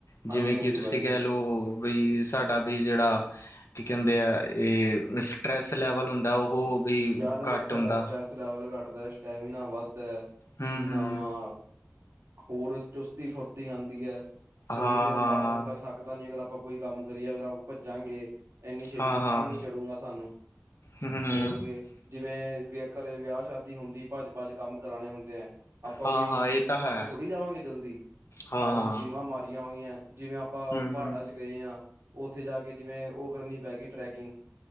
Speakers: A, on the left; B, on the right.
A: ਜੇਵੇਂ
B: ਹਾਂਜੀ-ਹਾਂਜੀ
A: ਕੇ ਤੁਸੀਂ
B: ਬਾਈ
A: ਕੈ ਲੋ ਬਈ ਸਾਡਾ ਵੀ ਜੇੜਾ ਕੀ ਕੈਦੇ ਆਏ ਸਟਰੈਸ ਲੈਵਲ ਹੁੰਦਾ ਓਹੋ ਵੀ
B: ਯਾਰ
A: ਘੱਟ
B: ਸਾਡਾ
A: ਹੁੰਦਾ
B: ਸਟਰ੍ਰੈਸ ਲੈਵਲ ਘੱਟਦਾ ਸਟੈਮੀਨਾ ਵੱਧਦਾ ਐ,
A: ਹੂੰ
B: ਕੀ ਨਾਮ
A: ਹੂੰ
B: ਆ ਹੋਰ ਚੁਸਤੀ-ਫੁਰਤੀ ਦੀ ਐ ਸਰੀਰ
A: ਹਾਂ ਹਾਂ
B: ਮਾੜਾ ਮੋ ਟਾ ਥੱਕਦਾ ਨੀ ਅਗਰ ਆਪਾਂ ਕੋਈ ਕੰਮ ਕਰੀਏ ਅਗਰ ਆ ਭਜਾਗੇ, ਏਨੀ ਛੇਤੀ
A: ਹਾਂ ਹਾਂ
B: ਸਾਅ ਨੀ ਚੜੂਗਾ ਸਾਨੂੰ
A: ਹੂੰ ਹੂੰ
B: ਹੋਰ ਕੇ, ਜੇਵੇਂ ਘਰੇ ਵੇਆ ਸ਼ਾਦੀ ਹੁੰਦੀ ਭਜ-ਭਜ ਕੰਮ ਕਰਾਣੇ ਹੁੰਦੇ ਆ। ਆਪਾਂ
A: ਹਾਂ
B: ਕੋਈ
A: ਹਾਂ ਇਹ ਤਾਂ
B: ਥੱੱਕ
A: ਹੈ
B: ਥੋੜੀ ਜਾਵਾਂਗੇ ਜਲਦੀ,
A: ਹਾਂ
B: ਆਂ ਹੁਣ
A: ਹਾਂ
B: ਜਿੰਮਾਂ ਮਾਰੀਆਂ ਹੋਈਆਂ ਜਿਵੇਂ ਆਪਾਂ
A: ਹੂੰ
B: ਪਹਾੜਾਂ
A: ਹੂੰ
B: ਚ ਗਏ ਆਂ, ਓਥੇ ਜਾ ਕੇ ਜੀਵੇਂ ਓ ਕਰਨੀ ਪੈ ਗਈ ਟਰੈਕਿੰਗ